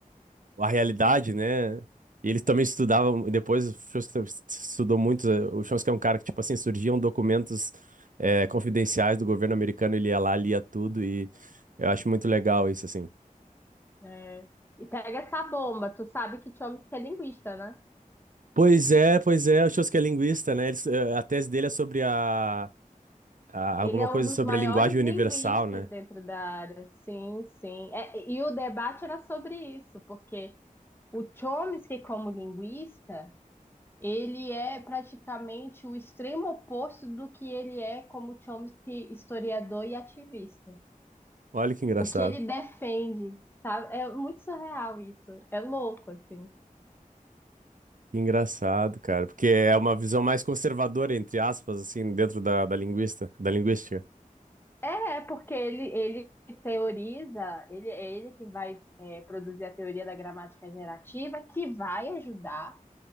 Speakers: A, on the right; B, on the left.
A: a realidade, né? E ele também estudava, e depois o Chomsky estudou muito. eh, O Chomsky é um cara que, tipo assim, surgiam documentos eh, confidenciais do governo americano, ele ia lá, lia tudo e eu acho muito legal isso, assim.
B: É. E pega essa bomba. Tu sabe que Chomsky é linguista, né?
A: Pois é, pois é, o Shows que é linguista, né? Eles, eh, a tese dele é sobre a, a-
B: Ele
A: alguma
B: é
A: coisa
B: um dos
A: sobre
B: maiores
A: a linguagem
B: linguistas
A: universal, né?
B: dentro da área. Sim, sim. É, e o debate era sobre isso, porque o Chomsky, como linguista, Ele é praticamente o extremo oposto do que ele é como Chomsky, historiador e ativista.
A: Olha que engraçado.
B: O que ele defende, sabe? É muito surreal isso. É louco, assim.
A: Que engraçado, cara, porque é uma visão mais conservadora, entre aspas, assim, dentro da, da linguista, da linguística.
B: É, é porque ele, ele teoriza, ele é ele que vai é, produzir a teoria da gramática gerativa, que vai ajudar